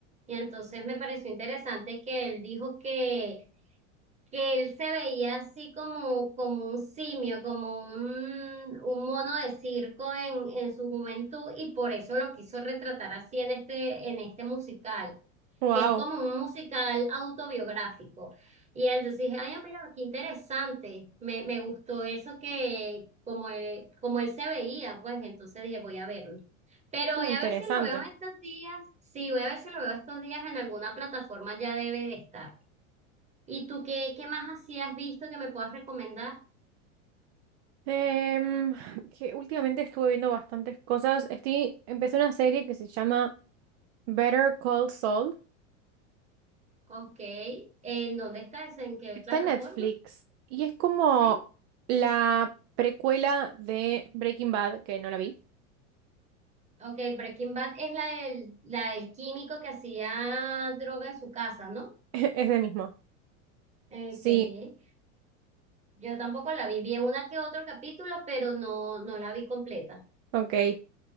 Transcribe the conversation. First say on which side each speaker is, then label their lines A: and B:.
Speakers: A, on the right; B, on the right.
A: Y entonces me pareció interesante que él dijo que, que él se veía así como, como un simio, como un, un mono de circo en, en su juventud y por eso lo quiso retratar así en este, en este musical
B: Wow.
A: que es como un musical autobiográfico. Y entonces dije, ay, mira, qué interesante, me, me gustó eso que como él, como él se veía, pues entonces dije, voy a verlo. Pero
B: Interesante.
A: voy a ver si lo veo estos días, sí, voy a ver si lo veo estos días en alguna plataforma, ya debe de estar. ¿Y tú qué, qué más así has visto que me puedas recomendar?
B: Em, que últimamente estuve viendo bastantes cosas. Estoy, empecé una serie que se llama Better Call Saul.
A: Ok, ¿en dónde está eso? ¿En qué
B: Está
A: plataforma?
B: en Netflix y es como
A: Sí.
B: la precuela de Breaking Bad, que no la vi.
A: Ok, Breaking Bad es la del, la del químico que hacía droga en su casa, ¿no?
B: <laughs> Es de mismo.
A: Okay,
B: Sí,
A: Yo tampoco la vi. Vi una que otro capítulo, pero no, no la vi completa.
B: Ok.